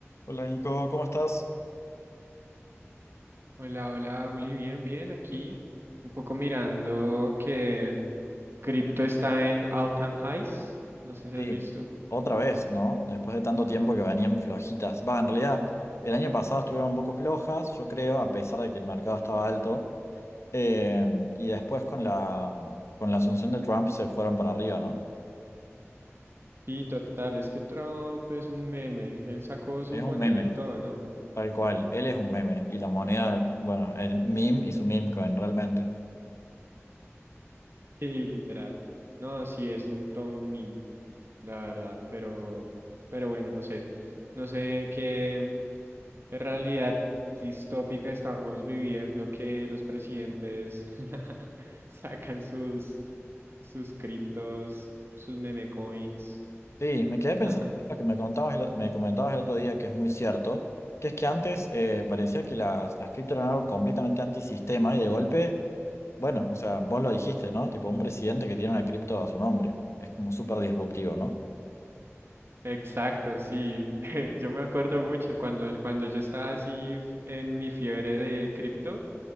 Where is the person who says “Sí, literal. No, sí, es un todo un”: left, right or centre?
Right